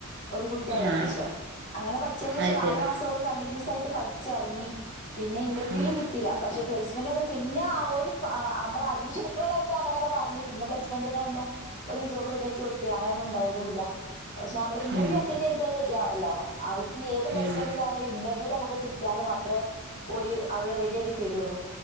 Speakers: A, on the left; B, on the right.
A: ഒരു കുട്ടിയായന്റെഷം
B: ആഹ്
A: അങ്ങനെ പഠിച്ചയ്ന് ശേഷം
B: അത്
A: നാല്
B: ശരി
A: മാസം ഓള് കണ്ടിന്യൂസ് ആയിട്ട് പഠിച്ചറങ്ങി പിന്നെ ഇന്റർവ്യൂയില്
B: ഉം
A: കിട്ടില പക്ഷെ പ്ലേസ്മെന്റ് പിന്നെ ഒരു പാ നമ്മള് അഡ്മിഷൻടുക്കുന്ന ടൈമില് അങ്ങനെക്കെ പറഞ്ഞു പിന്നെ പ്ലൈസ്മെന്റോന്നും ഒരു ജോബ് റെഡിയാക്കി കൊടുക്കേ അങ്ങന ഒന്നും ഉണ്ടായില്ല ഏതുല്ല പക്ഷെ നമ്മൾ ഇന്റർവ്യു
B: ഉം
A: അറ്റന്റ് ചെയ്തത് റെഡി ആവണല്ലോ അഹ് ഏത് പ്ലേസ്മെന്റിലായാലും
B: ഉം
A: ഇന്റർവ്യൂ നമുക്ക് കിയാല് മാത്രം അത്ര ഒരു അവിടെ റെഡി ആക്കി തരൊ ള്ളൂ